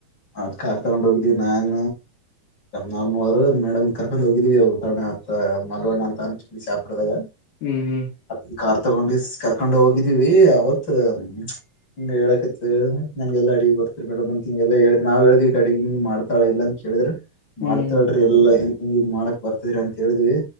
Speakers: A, on the left; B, on the left.
A: ಆ ಕಾರ್ ತಗೊಂಡ್ ಹೋಗಿದ್ವಿ ನಾನ್ ನಮ್ಮ್ವರು ಮೇಡಮ್ ಕರ್ಕೊಂಡ್ ಹೋಗಿದೀವಿ ಅತ್ತ ಮಲ್ಲು ಅಣ್ಣಾ ಅಂತ ಅಂತ ಬಿಜಾಪುರದಾಗ.
B: ಹ್ಮ್ ಹ್ಮ್.
A: ಅದ ಕಾರ್ ತಗೊಂಡಿಸ ಕರ್ಕೊಂಡ್ ಹೋಗಿದ್ದೀವಿ ಅವತ್ ಹಂಗ ಹೇಳಕತ್ತಿದ್ರ ನನಗೆಲ್ಲ ಅಡಿಗಿ ಬರತ್ತರಿ ಮೇಡಮ್ ಅಂತ ಹಿಂಗೆಲ್ಲಾ ಹೇಳಾಕತ್ತಿದ್ರ ನಾವ್ ಹೇಳ್ದಿವ ಇಕಡಿಗಿ ಮಾಡ್ತಾಳ ಇಲ್ಲ ಅಂತ ಕೇಳಿದ್ರ
B: ಹ್ಮ್
A: ಮಾಡ್ತಾಳ್ರಿ
B: ಹ್ಮ್
A: ಇಲ್ಲಾ ಈಗ ಮಾಡಕ್ ಬರ್ತದರಿ ಅಂತ ಹೇಳಿದ್ವಿ